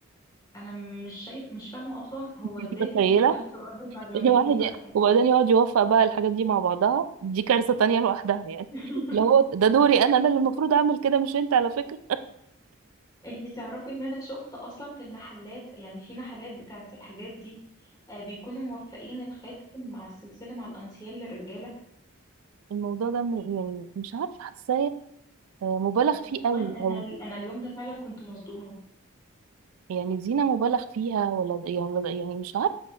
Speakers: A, on the left; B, on the right.
A: أنا مش شايف مش فاهمة أصلا هو
B: <laughs> دي
A: ازاي
B: متخيله
A: بيشوف نفسه راجل بعد ما
B: الواحد
A: بيلبس بقى
B: يعني
A: الحاجات
B: وبعدين
A: دي
B: يقعد يوفق بقى الحاجات دي مع بعضها دي كارثه تانية لوحدها يعني
A: <laughs>
B: <laughs> اللي هو ده دوري انا انا اللي المفروض اعمل كده مش انت على فكره
A: انتي تعرفي ان انا شفت اصلا في المحلات يعني في محلات بتاعه الحاجات دي آه، بيكونوا موفقين الخاتم مع السلسله مع الانسيال للرجاله
B: الموضوع ده م- يعني مش عارفه حاساه آه، مبالغ فيه
A: والله
B: قوي
A: انا
B: او
A: ال- انا اليوم ده فعلا كنت مصدومه
B: يعني زينة مبالغ فيها ولا يعني ولا- يعني مش عارف